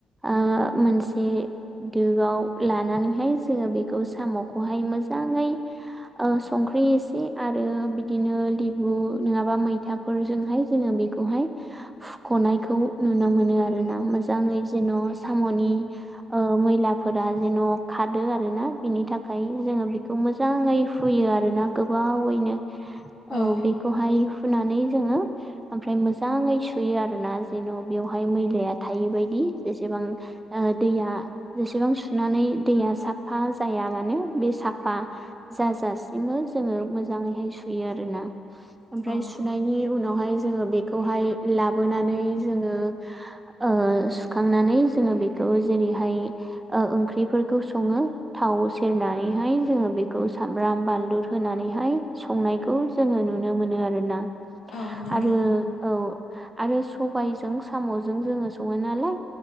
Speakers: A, on the right; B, on the left.
A: ओ मोनसे दोआव लानानैहाय जोङो बेखौ साम'खौहाय मोजाङै ओ सं संख्रि एसे आरो बिदिनो लेबु नङाबा मै मैथाफोरजोंहाय जोङो बेखौहाय फुख'नायखौ नुनो मोनो आरो आरो ना मोजाङै जेन' साम'नि ओ मैलाफोरा जेन' खादो आरो ना बिनि थाखाय जोङो बेखौ मोजां मोजाङै फुयो आरोना गोबावैनो औ
B: औ औ
A: बेखौहाय हुनानै जोङो ओमफ्राय मोजाङै सुयो आर ना जेन' बेवहाय मैलाया थायै बादि जेसेबां ओ दैया जेसेबां सुनानै दैया साफा जाया माने बे साफा जाजासिम जोङो मोजाङै सुयो आरोना
B: औ
A: ओमफ्राय सु नायनि उनावहाय जोङो बेखौहाय लाबोनानै जोङो ओ सुखां नानै जोङो बेखौ जेरैहाय ओ ओंख्रिफोरखौ सङो थाव सेरनानै हाय जोंङो बेखौ सामब्राम बानलुर होनानैहाय संनायखौ जोङो नुनो मोनो आरोना आरो
B: औ नंगौ
A: औ आरो सबायजों साम'जों जोङो सङो नालाय